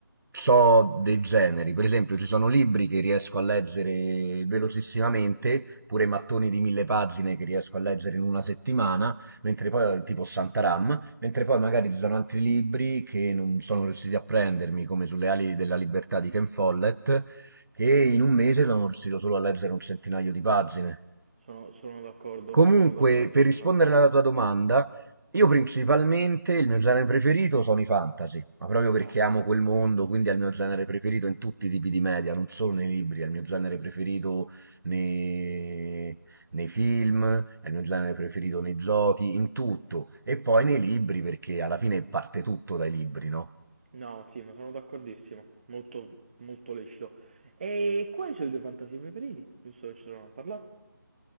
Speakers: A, on the right; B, on the right.
A: so dei generi. Per esempio, ci sono libri che riesco a leggere velocissimamente, pure mattoni di mille pagine che riesco a leggere in una settimana, mentre poi, tipo Santaram, mentre poi magari ci sono altri libri che non sono riusciti a prendermi, come Sulle ali della libertà di Ken Follett, che in un mese sono riuscito solo a leggere un centinaio di pagine.
B: sono, sono d'accordo,
A: Comunque,
B: sono d'accordo,
A: per
B: sono
A: rispondere
B: d'accordo.
A: alla tua domanda, io principalmente il mio genere preferito sono i fantasy, ma proprio perché
B: Ok,
A: amo quel mondo, quindi è il mio genere preferito in tutti i tipi di media, non solo nei libri, è il mio genere preferito nei, nei film, è il mio genere preferito nei giochi, in tutto. E poi nei libri, perché alla fine parte tutto dai libri, no?
B: No, sì, ma sono d'accordissimo. Molto, molto lecito. E quali sono i tuoi fantasy preferiti? Giusto che ci sono a parlare?